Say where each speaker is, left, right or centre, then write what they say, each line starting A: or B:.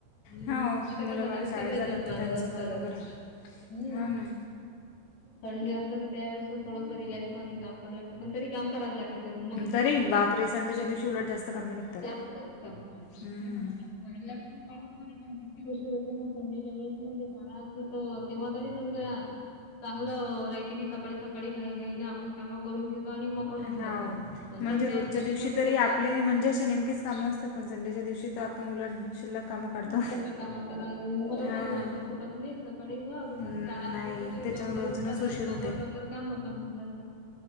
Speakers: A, on the left; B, on the left.
A: हम्म
B: हा
A: आता
B: मुलं
A: कसं
B: बाळं
A: आ
B: शाळेत
A: सगळं
B: जातात
A: मागअसतात
B: तर त्यांचं कामं
A: आता
B: करा
A: हम्म.
B: हो ना
A: संडे असत तर त्यावेेळेस थोडस रिलॅक्स आणि काम करा लागतं पण तरी काम करावच लागते. मंग
B: तरी बापरे संडेच्या दिवशी उलट जास्त कामं निघतात
A: जास्त <unintelligible> मी नहीं
B: हम्म.
A: मारल्या <inaudible> ण <unintelligible> पण किती उशीर होते मग संडेच्यावेळी ते शाळा अस तर तेव्हा तरी समजा चांगलं र किती सकाळी सकाळी घाई घाईने आपण काम करून घेतो आणि मोकळ होून
B: हो
A: जातो पण
B: म्हणजे
A: संडे
B: रोजच्या
A: असला
B: दिवशी
A: मग त्या
B: तरी
A: घटत
B: आपले म्हणजे असे नेमकच काम असतात पण संडेच्या दिवशी तर आपण उलट. शिल्लक कामं काढतो
A: शिल्लक कामातर मुले
B: हा
A: पण लवकर उठत नाही सकाळी मग.
B: नाही
A: शाळा असलं तर
B: त्याच्यामुळे
A: लवकर
B: अजूनच
A: उठतात
B: उशीर
A: आणि लवकर
B: होते
A: लवकर काम पण होऊन जातात